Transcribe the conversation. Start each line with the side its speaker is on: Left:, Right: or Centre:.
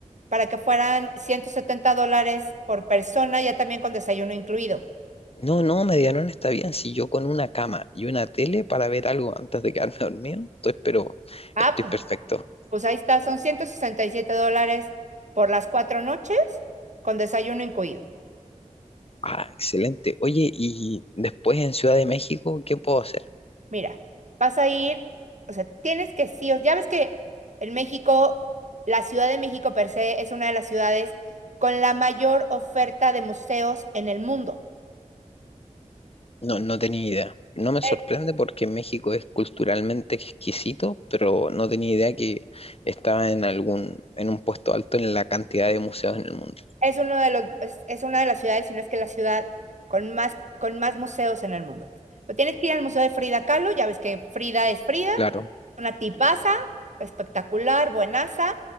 Right: para que fueran 170 dólares por persona, ya también con desayuno incluido.
Left: No, no, Medianón está bien. Si yo con una cama y una tele para ver algo antes de quedarme <laughs> dormido, entonces, pero
Right: Ah,
Left: estoy
Right: pues,
Left: perfecto.
Right: pues ahí está, son 167 dólares por las cuatro noches, con desayuno incluido.
Left: Ah, excelente. Oye, y después en Ciudad de México, ¿qué puedo hacer?
Right: Mira, vas a ir, o sea, tienes que sí, o- ya ves que en México, la Ciudad de México per se es una de las ciudades con la mayor oferta de museos en el mundo.
Left: No, no tenía idea. No me
Right: Es,
Left: sorprende porque México es culturalmente exquisito, pero no tenía idea que estaba en algún, en un puesto alto en la cantidad de museos en el mundo.
Right: es uno de los, es, es una de las ciudades, si no es que la ciudad con más, con más museos en el mundo. Pero tienes que ir al Museo de Frida Kahlo, ya ves que Frida es Frida,
Left: Claro,
Right: una tipaza, espectacular, buenaza.